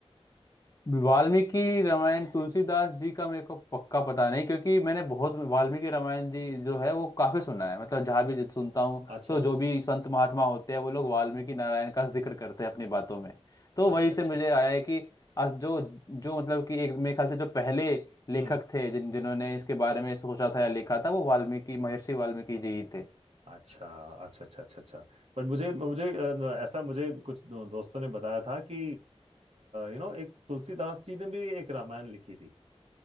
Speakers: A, on the left; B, on the right.
A: वाल्मीकि रामायण तुलसीदास जी का मेरे को पक्का पता नहीं क्योंकि मैंने बहुत वाल्मीकि रामायण जी जो है वो काफी सुना है मतलब जहाँ भी सुनता हूँ
B: अच्छा
A: तो जो भी संत महात्मा होते हैं वो लोग वाल्मीकि नारायण का जिक्र करते हैं अपनी बातों में तो वहीं
B: अच्छा
A: से
B: अच्छा
A: मुझे
B: अच्छा
A: आया है कि आज जो जो मतलब कि एक मेरे ख्याल से जो पहले लेखक
B: हम्म
A: थे जिन जिन्होंने इसके बारे में सोचा था या लिखा था वो वाल्मीकि महर्षि वाल्मीकि जी ही थे
B: अच्छा अच्छा अच्छा अच्छा अच्छा बट मुझे मुझे अ, ऐसा मुझे कुछ दो, दोस्तों ने बताया था कि यू नो एक तुलसीदास जी ने भी एक रामायण लिखी थी